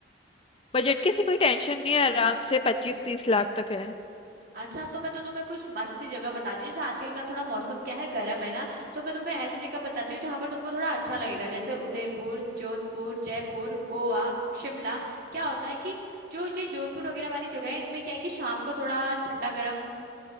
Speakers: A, on the left; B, on the right.
A: बजट की ऐसी कोई टेंशन नहीं है आराम से पच्चीस तीस लाख तक है
B: अच्छा तो मैं तो तुम्हें कुछ मस्त सी जगह बताती हूँ जैसे आजकल का थोड़ा मौसम क्या है गर्म है ना तो मैं तुम्हें ऐसी जगह बताती हूँ जहाँ पर तुमको थोड़ा अच्छा लगेगा जैसे उदयपुर जोधपुर जयपुर गोवा शिमला क्या होता है कि जो ये जोधपुर वगैरह वाली जगह है इनमें क्या है कि शाम को थोड़ा ठंडा गर्म